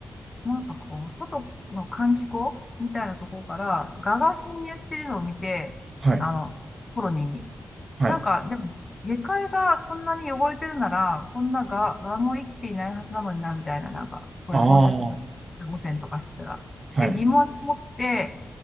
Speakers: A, on the left; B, on the right.
A: う、なんかこう、外の換気口みたいなところから蛾が侵入してるのを見て、
B: はい。
A: あの、コロニーに。
B: はい。
A: なんか、でも、下界がそんなに汚れてるなら、こんなが、がも生きていないはずなのにな、みたいな、なんか、そういう放射線
B: ああ。は
A: 汚染とかしてたら。
B: い。
A: で、疑問に思って、